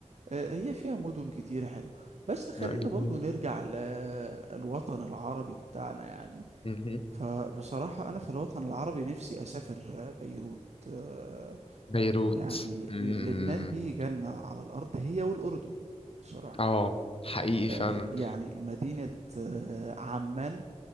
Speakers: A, on the right (about 60°); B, on the left (about 50°).
A: آه، هي فيها مدن كتير حلو بس خلينا
B: لا، جميلة
A: برضو
B: جدا.
A: نرجع للوطن العربي بتاعنا يعني
B: مهم.
A: فبصراحة أنا في الوطن العربي نفسي أسافر آه، بيروت آه،
B: بيروت
A: يعني
B: مم.
A: ل- لبنان دي جنة على الأرض هي والأردن بصراحة
B: اه حقيقي
A: آه،
B: فعلا
A: يعني مدينة آه، عمان